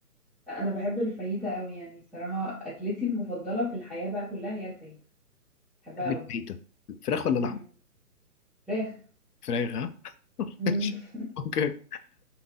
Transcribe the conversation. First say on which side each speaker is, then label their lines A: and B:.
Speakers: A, in the centre; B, on the left.
A: لا انا بحب الفاهيتا قوي يعني صراحة اكلتي المفضلة في الحياة بقى كلها هي الفاهيتا بحبها
B: بحب
A: قوي
B: الفاهيتا فراخ ولا لحم
A: مم. فراخ
B: فراخ ها <laughs>
A: مم.
B: ماشي.
A: <laughs>
B: اوكي